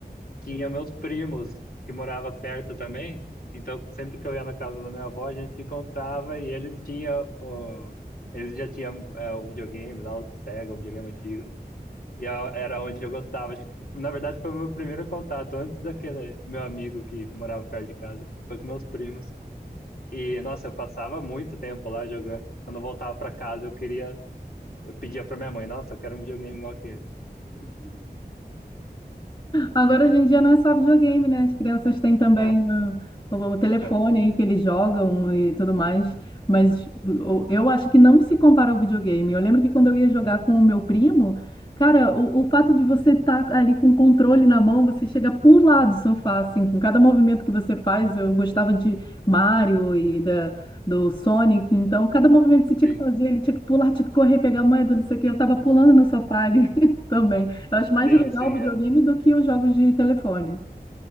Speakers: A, on the left; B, on the left.
A: tinha meus primos, que morava perto também. Então, sempre que eu ia na casa da minha avó, a gente se encontrava e eles tinham. O... Eles já tinham é, o videogame lá, o Sega, um videogame antigo. E a- era onde eu gostava. Acho que, Na verdade, foi o meu primeiro contato, antes daquele meu amigo que morava perto de casa. Foi com meus primos. E, nossa, eu passava muito tempo lá jogando. Quando eu voltava para casa, eu queria eu pedia pra minha mãe, nossa, eu quero um videogame igual aquele.
B: Agora, hoje em dia, não é só videogame, né? As crianças têm também
A: É,
B: ah, o, o telefone
A: né?
B: aí que eles jogam e tudo mais. Mas o- eu acho que não se compara ao videogame. Eu lembro que quando eu ia jogar com o meu primo, cara, o, o fato de você estar ali com o controle na mão, você chega a pular do sofá, assim, com cada movimento que você faz. Eu gostava de Mario e da. Do Sonic, então cada movimento que você tinha
A: Sim,
B: que fazer, ele tinha que pular, tinha que correr, pegar a moeda, não sei o que. Eu tava pulando no sofá ali <laughs> também. Eu acho mais
A: sim,
B: legal
A: sim,
B: o videogame
A: é.
B: do que os jogos de telefone.